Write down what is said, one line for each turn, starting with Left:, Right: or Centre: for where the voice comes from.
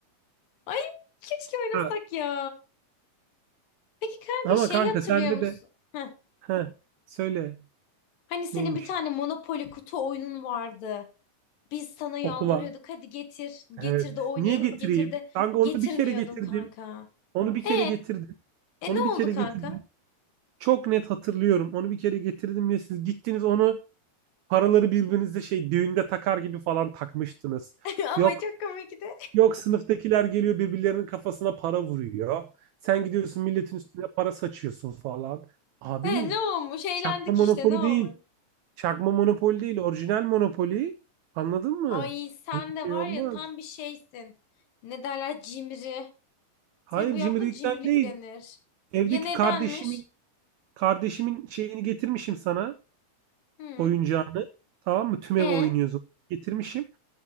Left: Ay keşke oynasak
Right: Ha,
Left: ya. Peki kanka
Right: ama
Left: şeyi
Right: kanka
Left: hatırlıyor
Right: sende
Left: musun?
Right: de
Left: Heh,
Right: Heh, söyle
Left: hani senin
Right: neymiş
Left: bir tane Monopoly kutu oyunun vardı. Biz sana yalvarıyorduk
Right: okula.
Left: hadi getir. Getir
Right: Evet.
Left: de oynayalım
Right: Niye getireyim?
Left: getir de
Right: Kanka onu
Left: getirmiyordun
Right: bir kere getirdim.
Left: kanka.
Right: Onu bir kere
Left: E
Right: getirdim.
Left: E
Right: Onu
Left: ne
Right: bir kere
Left: oldu kanka?
Right: getirdim. Çok net hatırlıyorum. Onu bir kere getirdim ya siz gittiniz onu paraları birbirinize şey düğünde takar gibi falan takmıştınız.
Left: <laughs> Ama
Right: Yok
Left: çok komikti.
Right: yok sınıftakiler geliyor birbirlerinin kafasına para vuruyor. Sen gidiyorsun milletin üstüne para saçıyorsun falan. Abi
Left: E ne olmuş? Eğlendik
Right: çakma monopoli
Left: işte ne olmuş?
Right: değil. Çakma monopoli değil. Orijinal monopoli. Anladın mı?
Left: Ay sen
Right: Böyle bir
Left: de
Right: şey
Left: var
Right: olmaz.
Left: ya tam bir şeysin. Ne derler cimri.
Right: Hayır
Left: Senin bu
Right: cimrilikten
Left: yaptığın cimrilik
Right: değil.
Left: denir.
Right: Evdeki
Left: Ya nedenmiş?
Right: kardeşimin kardeşimin şeyini getirmişim sana.
Left: Hı.
Right: oyuncağını tamam mı? Tüm
Left: E?
Right: ev oynuyorsun. Getirmişim.